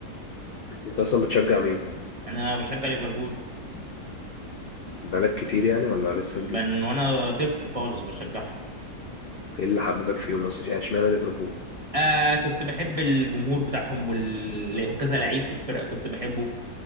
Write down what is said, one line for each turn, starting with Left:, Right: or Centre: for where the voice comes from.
Left: انت اصلا بتشجع مين
Right: انا بشجع ليفربول
Left: بقالك كتير يعني ولا لسه
Right: من
Left: جديد
Right: وانا طفل خالص بشجعها
Left: ايه اللي حببك فيهم اصلا يعني اشمعنى ليفربول
Right: آه كنت بحب الجمهور بتاعهم وال... وكذا لعيب في الفرقه كنت بحبه